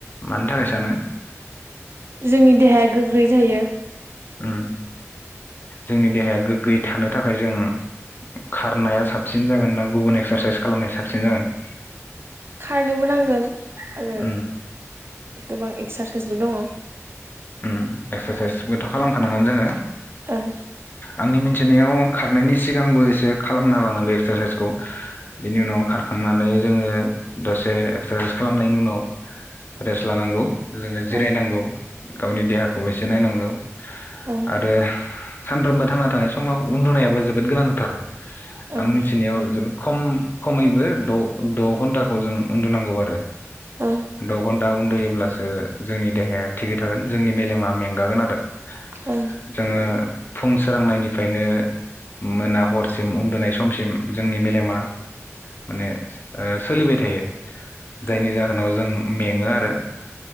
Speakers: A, on the left; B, on the right.
A: मानि थाखाय सानो?
B: जोंनि देहाया गोग्गोयै थायो
A: ओम जोंनि देहाया गोग गोयै थानो थाखाय जों खारनाया साबसिन जागोन ना गुबुन एक्सारसाइस खालामनाया साबसिन जागोन?
B: खारनोबो नांगोन आरो
A: उम
B: गोबां एक्सा फेसबुक दङ
A: ओम एक्सारसाइसबोथ' खालामखानांगोन जोङो।
B: ओं
A: आंनि मिन्थिनायाव खारनायनि सिगांबो एसे खालामना लानांगौ एक्सारसाइसखौ बिनि उनाव खारखांनानै जोङो दसे एक्सारसाइस खालामनायनि उनाव रेस्ट लानांगौ। जोङो जिरायनांगौ
B: ओं
A: गावनि देहाखौबो एसे नायनांगौ
B: ओं
A: आरो सानफ्रोमबो थांना थानाय समाव उन्दुनायाबो जोबोद गोनांथार
B: ओं
A: आं मिथिनायाव जोबोद खम खमैबो द' द' घन्टाखौ जों उन्दुनांगौ आरो
B: ओं
A: द' घन्टा उन्दुयोब्ला ओ जोंनि देहाया थिगै थागोन जोंनि मेलेमा मेंगागोन आरो जोङो
B: ओं
A: फुं सोरांनायनिफ्रायनो मोना हर सिम उन्दुनाय समसिम जोंनि मेलेमा माने ओ सोलिबाय थायो जायनि
B: ओं
A: जाहोनाव जों मेङो आरो